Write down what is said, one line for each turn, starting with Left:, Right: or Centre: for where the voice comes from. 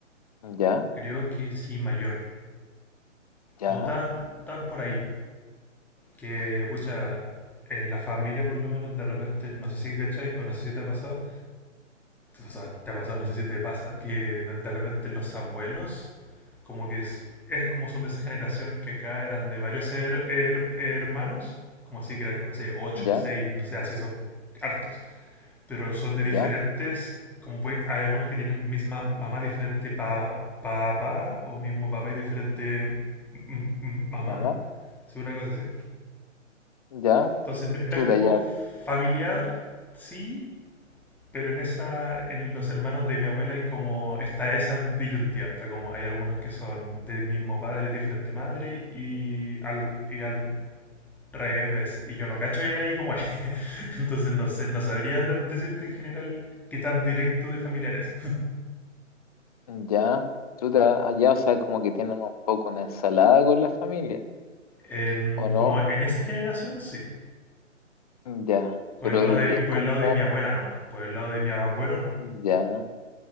Left: Ya,
Centre: creo que sí mayor.
Left: ya,
Centre: O tan, tan por ahí. Que, pucha, en la familia por lo menos de repente, no sé si cachai o no sé si te ha pasado, o sea, te ha pasado, no sé si te pasa, que de, de repente los abuelos, como que es, es como son de esa generación que acá eran de varios her- her- hermanos, como así que eran, no sé, ocho,
Left: ya,
Centre: seis, no sé, así son hartos, pero son de diferentes,
Left: ya,
Centre: como pueden, hay algunos que tienen misma mamá diferente pa- papá o mismo papá y diferente mm, mm, mamá,
Left: mamá,
Centre: si una cosa así.
Left: ya,
Centre: Entonces no- era
Left: chuta,
Centre: como
Left: ya,
Centre: familiar, sí, pero en esa, en los hermanos de mi abuela hay como está esa disyuntiva, está como hay algunos que son del mismo padre, diferente madre y al y al revés. Y yo no cacho bien ahí cómo es, <laughs> entonces no sé, no sabría de- decirte en general qué tan directo de familiares.
Left: ya, chuta, allá, o sea, como que tienen un poco una ensalada con la familia,
Centre: En,
Left: ¿o no?
Centre: como en esa generación sí,
Left: Ya,
Centre: por
Left: pero
Centre: el lado
Left: es
Centre: de, y por
Left: como
Centre: el lado de mi abuela nomás, por el lado de mi abuelo no.
Left: Ya.